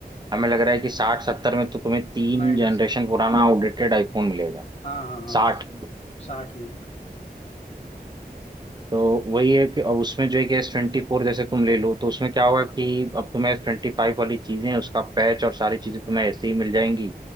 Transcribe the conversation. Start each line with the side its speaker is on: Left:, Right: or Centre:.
Right: हमें लग रहा है कि साठ सत्तर में तो तुम्हें तीन
Left: नहीं नहीं
Right: जनरेशन
Left: सही
Right: पुराना आउटडेटेड आईफोन मिलेगा
Left: हाँ हाँ हाँ
Right: साठ में
Left: साठ में
Right: तो वही है कि अब उसमें जो है कि एस ट्वेंटी फोर जैसे तुम ले लो तो उसमें क्या होगा कि अब तुम्हें एस ट्वेंटी फाइव वाली चीजें उसका पैच और सारी चीजें तुम्हें ऐसे ही मिल जाएंगी